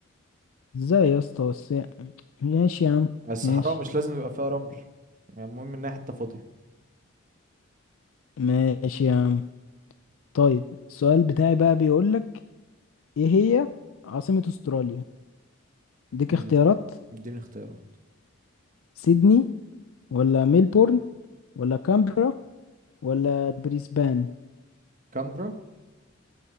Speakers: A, on the left; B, on the right.
A: ازاي يا اسطى بس ماشي يا عم
B: الصحراء
A: ماشي
B: مش لازم يبقى فيها رمل يعني المهم انها حتة فاضية
A: ماشي يا عم طيب السؤال بتاعي بقى بيقول لك ايه هي عاصمة استراليا اديك
B: امم
A: اختيارات
B: اديني اختيارات
A: سيدني ولا ميلبورن ولا كامبرا ولا بريسبان
B: كامبرا